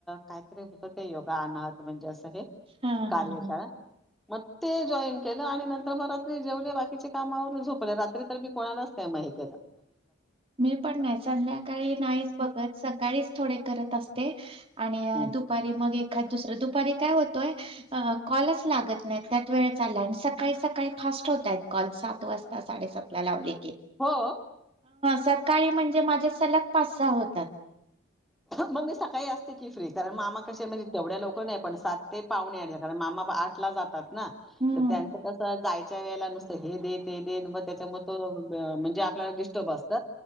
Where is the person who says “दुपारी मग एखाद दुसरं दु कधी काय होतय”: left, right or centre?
Right